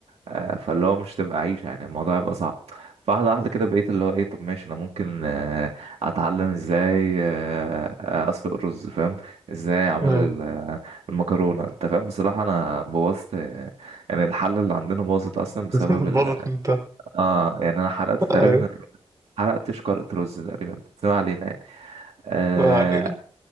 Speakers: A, on the right (about 80°); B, on the right (about 35°).
A: آه، فاللي هو مش تبقى عيشة يعني الموضوع هيبقى صعب فواحدة واحدة كده بقيت اللي هو ايه طب ماشي انا ممكن آه، اتعلم ازاي آه، آه، اسلق الرز فاهم ازاي اعمل
B: ايوه
A: ال- آه، المكرونة انت فاهم بصراحة انا بوظت آه، يعني الحلة اللي عندنا باظت اصلا بسبب
B: <laughs>
A: ال
B: باظت انت
A: اه يعني انا حرقت تقريبا
B: ايوه
A: الر- حرقت شكارة رز تقريبا بس ما علينا يعني اه
B: ما علينا.